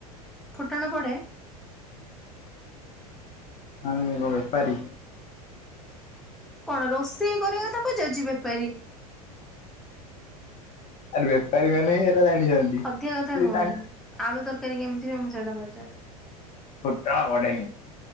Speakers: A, in the centre; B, on the left.
A: ଫୁଟଣ ପଡ଼େ?
B: ମାନେ ମୁଁ କଣ ବେପାରୀ?
A: କଣ ରୋଷେଇ କରିବା କଥା ପଚାରୁଛି ବେପାରୀ।
B: ଆରେ ବେପାରୀ ମାନେ ହିଁ ଏରା ଜାଣିଛନ୍ତି।
A: ଅଧିକ କଥା
B: ସେ
A: କୁହନି।
B: ତାଙ୍କ
A: ଆଳୁ ତରକାରୀ କେମିତି ହୁଏ ମୁଁ ସେଇଟା ପଚାର୍
B: ଫୁଟଣ ପଡ଼େନି।